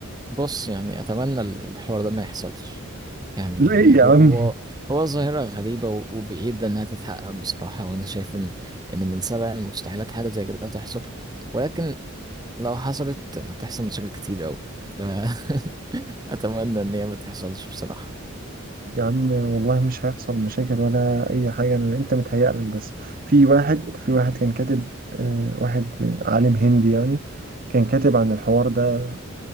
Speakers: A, on the right; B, on the right.
A: بص يعني أتمنى ال- الحوار ده ما يحصلش يعني
B: ليه يا
A: هو
B: عم
A: هو هو ظاهرة غريبة و- وبعيدة إنها تتحقق بصراحة وأنا شايف إن إن من سبع المستحيلات حاجة زي كده تحصل ولكن لو حصلت هتحصل مشاكل كتير أوي ف <laughs> أتمنى إن هي ما تحصلش بصراحة
B: يا عم والله مش هيحصل مشاكل ولا اي حاجه انا انت متهيأ لك بس في واحد في واحد كان كاتب آه، واحد عالم هندي يعني كان كاتب عن الحوار ده